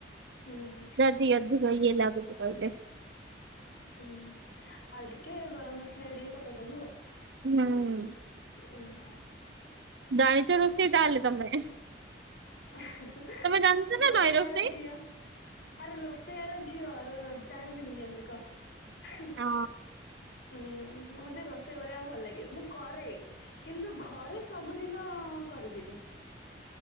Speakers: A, on the left; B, on the right.
A: ହୁଁ
B: <unintelligible> ଲାଗୁଛି କହିଲେ
A: ହୁଁ ଆଉ ଟିକେ ଗରମ ମସଲା ଏଇ ଟିକେ ପକେଇଦବୁ ଆଉ
B: ହୁଁ
A: ହୁଁ ହଁ
B: ଜାଣିଚ ରୋଷେଇ ତାହଲେ ତମେ
A: ହୁଁ ହୁଁ ହୁଁ
B: ତମେ ଜାଣିଛ
A: ରୋଷୟାର
B: ନା ନଈ ରୋଷେଇ?
A: ଝିଅ ଆରେ ରୋଷେୟାର ଝିଅ ର ଜାଣିବିନି କେ କେମିତି କହ ହ
B: ହଁ
A: ହୁଁ ମୋତେ ରୋଷେଇ କରିବାକୁ ଭଲ ଲାଗେ ମୁଁ କରେ କିନ୍ତୁ ଘରେ ସବୁଦିନ ହଁ କରିବିନି